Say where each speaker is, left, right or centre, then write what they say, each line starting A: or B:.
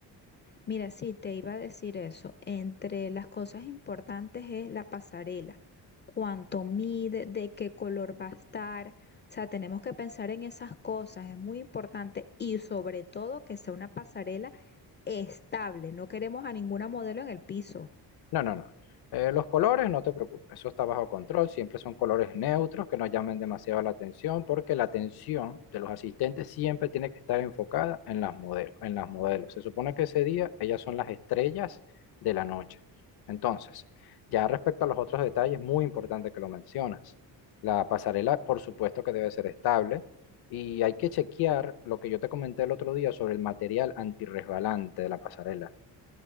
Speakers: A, on the left (about 30°); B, on the left (about 70°).
A: Mira, sí, te iba a decir eso. Entre las cosas importantes es la pasarela, cuánto mide, de qué color va a estar. O sea, tenemos que pensar en esas cosas, es muy importante y sobre todo que sea una pasarela estable. No queremos a ninguna modelo en el piso.
B: No, no, no. Eh, los colores, no te preocupes, eso está bajo control. Siempre son colores neutros que no llamen demasiado la atención, porque la atención de los asistentes siempre tiene que estar enfocada en las modelos, en las modelos. Se supone que ese día ellas son las estrellas de la noche. Entonces, ya respecto a los otros detalles, muy importante que lo mencionas. La pasarela, por supuesto que debe ser estable y hay que chequear lo que yo te comenté el otro día sobre el material antirresbalante de la pasarela.